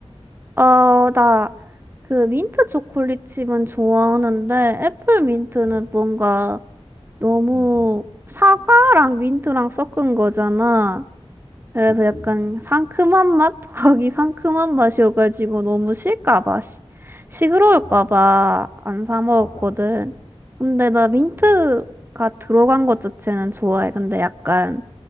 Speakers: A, on the right; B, on the left.
A: 어, 나 그 민트 초콜릿 칩은 좋아하는데 애플 민트는
B: 응,
A: 뭔가 너무
B: 응, 응.
A: 사과랑 민트랑 섞은 거잖아. 그래서
B: 그치.
A: 약간 상큼한 맛? <laughs> 거기 상큼한 맛이어가지고 너무 실까 봐. 시, 시끄러울까
B: 아,
A: 봐 안 사 먹었거든.
B: 맞아, 맞아.
A: 근데 나 민트가
B: 음,
A: 들어간 것 자체는 좋아해. 근데 약간